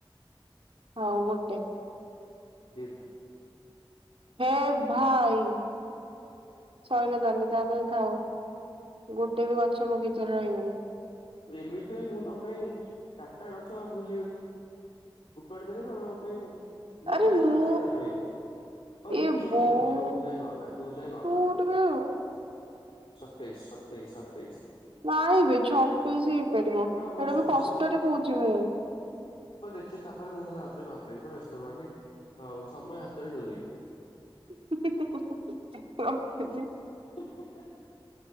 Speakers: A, on the right; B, on the left.
A: ହଉ ଗୋଟେ।
B: ଦିଟା।
A: ହେ ଭାଇ ଶୋଇଲା ତାହଲେ ତାହେଲେ ଥାଉ ଗୋଟେ ବି ଗଛ ମୋ ବଗିଚା ରେ ରହିବନି।
B: ଏମିତି ରେ ମୁଁ ତମ ପାଇଁ ଚାରିଟା ଗଛ ଭୁ ଉପଡି ଦେଲେ ତମ ପାଇଁ ମୁଁ
A: ଆରେ
B: ତ କହୁଛି
A: ମୁଁ
B: ପାଞ୍ଚ ଟା ରହିବାକୁ। ହଉ
A: ଏ
B: ଦେଖେ
A: ବୋଉ
B: କଣ ହଉଛି ଯୋଉ ଯାଏ ଗଲା ଯୋଉ ଯାଏ ଗଲା।
A: ତୁ ଟିକେ
B: ସତେଇଶି ସତେଇଶି ସତେଇଶି।
A: ନାଇଁବେ ଛବିଶ ହେଇପାରିବ ସେଇଟା
B: ନା ମୋର ଛବିଶ
A: ବି କଷ୍ଟରେ
B: ମତେ
A: କହୁଛି ମୁଁ।
B: ହଉ ଦେଖି ତାପରେ ମୁଁ ଯାଉଛ <unintelligible> ବ୍ୟସ୍ତ ହୁଏନି ଆଉ ସମୟ ହାତରେ ଡୋରି।
A: <unintelligible>
B: <unintelligible>